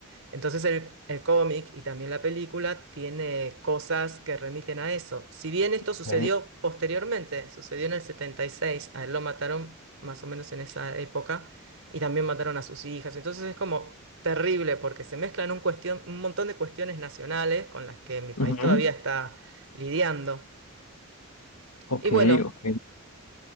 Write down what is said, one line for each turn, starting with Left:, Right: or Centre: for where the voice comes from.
Right: Entonces el, el cómic y también la película tiene cosas que remiten a eso. Si bien esto
Left: ok,
Right: sucedió posteriormente, sucedió en el 76, a él lo mataron más o menos en esa época y también mataron a sus hijas. Entonces es como terrible porque se mezclan un cuestión, un montón de cuestiones nacionales con las que mi país
Left: ujú,
Right: todavía está lidiando.
Left: ok,
Right: Y bueno,
Left: ok,